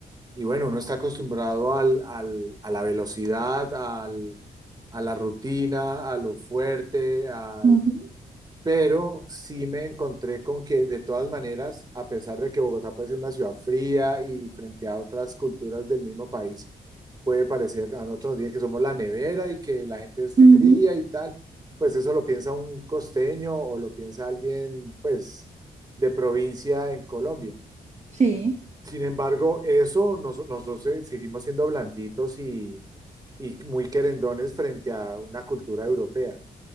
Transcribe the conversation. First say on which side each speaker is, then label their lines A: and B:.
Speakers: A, on the right (about 25°); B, on the right (about 40°).
A: y bueno, uno está acostumbrado al, al- a la velocidad, al, a la rutina, a lo fuerte, a
B: Ujú,
A: pero sí me encontré con que de todas maneras, a pesar de que Bogotá puede ser una ciudad fría y frente a otras culturas del mismo país, puede parecer, a nosotros nos dicen que somos la nevera y que la gente es
B: ujú.
A: fría y tal, pues eso lo piensa un costeño o lo piensa alguien, pues, de provincia en Colombia.
B: Sí.
A: Sin embargo, eso nos- nosotros eh, seguimos siendo blanditos y, y muy querendones frente a una cultura europea.